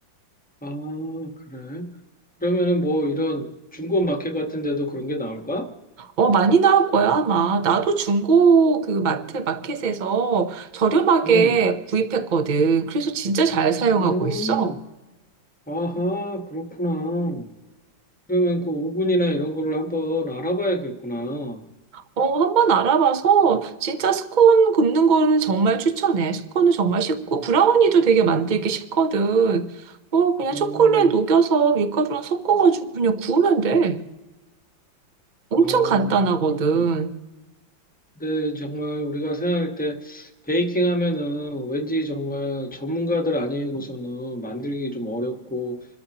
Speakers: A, in the centre; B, on the right (about 45°).
A: 아, 그래. 그러면은 뭐 이런 중고 마켓 같은 데도 그런 게 나올까?
B: 어, 많이 나올 거야, 아마. 나도 중고 그 마트, 마켓에서 저렴하게
A: 음,
B: 구입했거든. 그래서 진짜 잘 사용하고
A: 음.
B: 있어.
A: 아하, 그렇구나. 그러면 그 오븐이나 이런 거를 한번 알아봐야겠구나.
B: 어, 한번 알아봐서 진짜 스콘 굽는 거는 정말 추천해. 스콘은 정말 쉽고, 브라우니도 되게 만들기 쉽거든. 어, 그냥
A: 음,
B: 초콜릿 녹여서 밀가루랑 섞어가지고 그냥 구우면 돼. 엄청
A: 아,
B: 간단하거든.
A: 그렇군. 근데 정말 우리가 생각할 때 베이킹 하면은 왠지 정말 전문가들 아니고서는 만들기 좀 어렵고